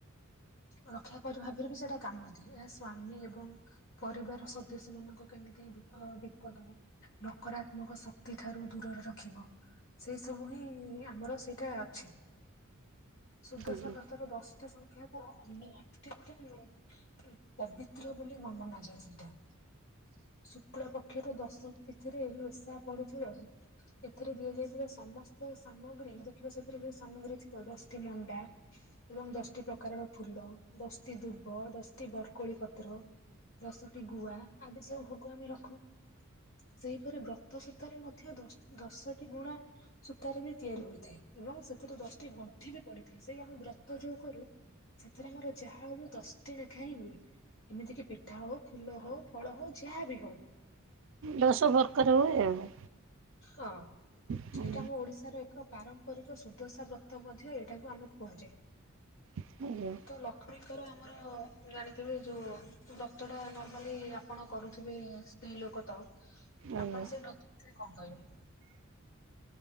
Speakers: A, on the left; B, on the right.
A: ରକ୍ଷା କବଚ ଭାବରେ ବି ସେଇଟା କାମ ଦିଏ, ଏହା ସ୍ଵାମୀ ଏବଂ ପରିବାର ସଦସ୍ୟ ମାନଙ୍କ କେମିତି ବିପ ବିପଦରୁ ନକରାତ୍ମକ ଶକ୍ତି ଠାରୁ ଦୂରରେ ରଖିବ। ସେଇ ସବୁ ହିଁ ଆମର ସେଇଟା ଅଛି, ସୁଦଶା
B: ଆଜ୍ଞା
A: ବ୍ରତର ଦଶଟା <unintelligible> କୁ ଅନେ ଅତ୍ୟନ୍ତ ପବିତ୍ର ବୋଲି ମନାଯାଏ ସେଇଟା। ଶୁକ୍ଳ ପକ୍ଷରୁ ଦଶମୀ ତିଥିରେ ଏହି ଓଷା ପଡୁଥିବାରୁ ଏଥିରେ ଦିଆଯାଇଥିବା ସମସ୍ତ ସାମଗ୍ରୀ ଦେଖିବ ସେଥିରେ ଯୋଉ ସାମଗ୍ରୀ ଥିବ ଦଶଟି ମଣ୍ଡା ଏବଂ ଦଶଟି ପ୍ରକାରର ଫୁଲ, ଦଶଟି ଦୁବ, ଦଶଟି ବରକୋଳି ପତ୍ର ଦଶଟି ଗୁଆ ଆଦି ସବୁ ଭୋଗ ଆମେ ରଖୁ। ସେହିପରି ବ୍ରତ ସୁତାରେ ମଧ୍ୟ ଦଶ୍ ଦଶଟି ଗୁଣା ସୂତାରେ ବି ତିଆରି ହୋଇଥାଏ ଏବଂ ସେଥିରେ ଦଶଟି ଗଣ୍ଠି ବି ପଡିଥାଏ, ସେଇ ଆମେ ବ୍ରତ ଯୋଉ କରୁ ସେଥିରେ ଆମର ଯାହା ହବ ଦଶଟି ନେଖା ହିଁ ହୁଏ, ଏମିତିକି ପିଠା ହଉ ଫୁଲ ହଉ ଫଳ ହଉ ଯାହା ବି ହଉ
B: ଦଶ ପର୍କାର ହୁଏ ଆଉ।
A: ହଁ।
B: ହୁଁ
A: ଏଇଟା ଆମ ଓଡିଶାର ଏକ ପାରମ୍ପରିକ ସୁଦଶା ବ୍ରତ ମଧ୍ୟ ଏଇଟାକୁ ଆମେ କୁହାଯାଏ।
B: ଆଜ୍ଞା
A: ତ ଲକ୍ଷ୍ମୀଙ୍କର ଆମର ଜାଣିଥିବେ ଯୋଉ ବ୍ରତଟା ନର୍ମାଲି ଆପଣ କରୁଥିବେ ସ୍ତ୍ରୀ ଲୋକ ତ
B: ଆଜ୍ଞା।
A: ଆପଣ ସେଇ ବ୍ରତ <unintelligible> କଣ କହିବେ?